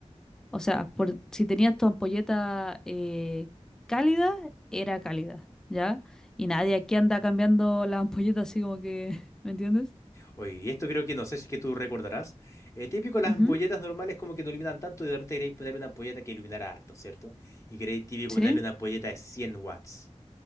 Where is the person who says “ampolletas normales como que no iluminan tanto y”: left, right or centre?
Left